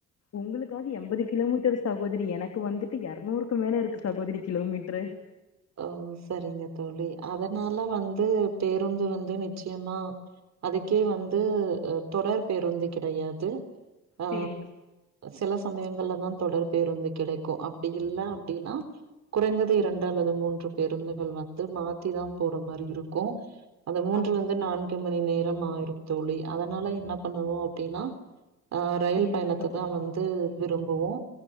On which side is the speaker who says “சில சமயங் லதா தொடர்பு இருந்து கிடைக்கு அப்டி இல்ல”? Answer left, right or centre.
Right